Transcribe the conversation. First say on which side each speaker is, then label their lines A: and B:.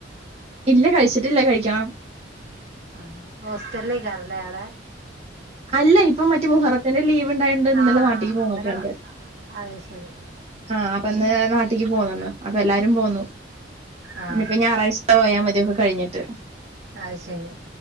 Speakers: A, on the right; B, on the right.
A: ഇല്ല കഴിച്ചിട്ടില്ല കഴിക്കണം.
B: ആഹ് ഹോസ്റ്റലിലായ്ക്കാരം ല്ലേ ആടെ?
A: അല്ല ഇപ്പൊ മറ്റേ മുഹറത്തിന്റെ ലീവ് ഇണ്ടായോണ്ട് ഇന്നലെ
B: ആഹ്
A: നാട്ടീക്ക് പോന്നിട്ടുണ്ട്.
B: അങ്ങനെ അത് ശരി
A: ആഹ് അപ്പൊന്ന് നാട്ടിക്ക് പോന്ന്ണ് അപ്പൊ എല്ലാരും പോന്നു
B: ആഹ്
A: ഇനി ഇപ്പൊ ഞായറാഴ്ച്ച പോയാ മതിയൊക്കെ കഴിഞ്ഞിട്ട്.
B: അയ് ശെരി